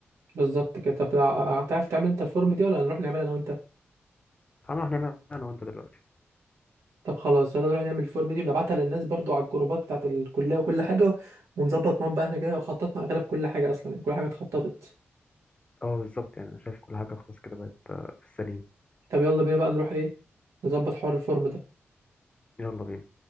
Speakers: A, on the right; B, on the left.
A: بالظبط كده طب هتعرف تعمل انت الفورم دي ولا هنروح نعملها انا وانت
B: هنروح نعمل انا وانت دلوقتي
A: طب خلاص يلا نروح نعمل الفورم دي ونبعتها للناس برضو على الجروبات بتاعت الكلية وكل حاجة ونظبط معاهم بقى احنا كده خططنا اغلب كل حاجة اصلا يعني كل حاجة اتخططت
B: اه بالظبط يعني انا شايف كل حاجه خلاص كده بقت آه، في السليم
A: طب يلا بينا بقى نروح ايه نظبط حوار الفورم ده
B: يلا بينا